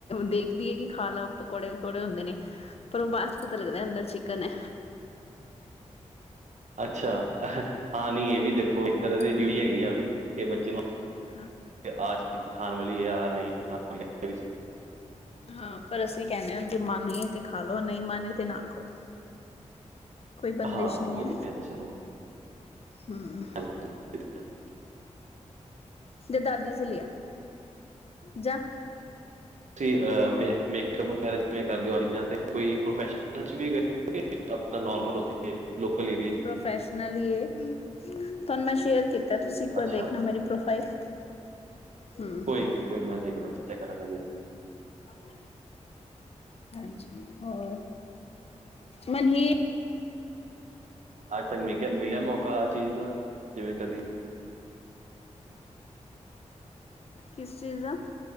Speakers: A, on the left (about 50°); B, on the right (about 70°).
A: ਦੇਖਦੀ ਹੈ ਕਿ ਖਾ ਲਾ ਪਕੌੜੇ-ਪਕੌੜੇ ਹੁੰਦੇ ਨੇ। ਪਰ ਉਹ ਬਾਅਦ ਚ ਪਤਾ ਲੱਗਦਾ ਅੰਦਰ ਚਿੱਕਨ ਹੈ।
B: ਅੱਛਾ ਹਾਂ ਨ ਇਹ ਵੀ ਦੇਖੋ।
A: ਹਮ
B: ਇੱਕ ਤਰ੍ਹਾਂ ਦੀ ਡਿਊਟੀ ਹੈਗੀ ਆ ਵੀ ਕਿ ਬੱਚੇ ਨੂੰ।
A: ਹਾਂ।
B: ਆਜ ਚੀਜ਼ ਖਾਣ ਵਾਲੀ ਹੈ ਆ ਨਹੀਂ ਖਾਣ ਵਾਲੀ।
A: ਹਾਂ ਪਰ ਅਸੀਂ ਕਹਿੰਦੇ ਹਾਂ ਜੇ ਮਨ ਤੇ ਖਾ ਲੋ ਨਹੀਂ ਮਨ ਤੇ ਨਾ ਖਾਓ। ਕੋਈ ਬੰਦਿਸ਼
B: ਹਾਂ, ਉਹ
A: ਨਹੀਂ ਹੈ
B: ਤੇ ਚਲੋ।
A: ਹਮ।
B: <inaudible>
A: ਜਾਂ ਦਾਦੀ ਸੇ ਲਿਆ ਜਾਂ।
B: ਤੁ ਅਹ ਮ। ਜਿਵੇਂ ਕਰਦੇ ਹੋ ਚੀਜ਼ਾਂ ਤੇ ਕੋਈ ਪ੍ਰੋਫੈਸ਼ਨਲ ਵੀ ਗਏ ਕਿ ਨੋਰਮਲ ਉੱਥੇ। ਕੇ ਲੋਕਲ ਹੀ।
A: ਪ੍ਰੋਫੈਸ਼ਨਲੀ। ਤੁਹਾਨੂੰ ਮੈਂ ਸ਼ੇਅਰ ਕੀਤਾ ਤੁਸੀਂ ਇੱਕ ਵਾਰ
B: ਅੱਛਾ,
A: ਦੇਖਣਾ ਮੇਰੀ ਪ੍ਰੋਫਾਈਲ। <inaudible> ਹੂੰ
B: ਕੋਈ
A: ਹੂੰ
B: ਨੀ ਕੋਈ ਮੈਂ ਦੇਖਦਾ ਚੈੱਕ ਕਰਨ ਕਰਾਂਗਾ ਜੀ।
A: <unintelligible> ਹਾਂ ਜੀ ਹੋਰ ਮਨੀ।
B: ਅੱਜ ਤੱਕ ਮੈਂ ਕਿਹਾ ਮਿਲਿਆ ਮੌਕਾ ਆ ਚੀਜ਼ ਦਾ ਜਿਵੇਂ ਕਦੀ।
A: ਕਿਸ ਚੀਜ਼ ਦਾ?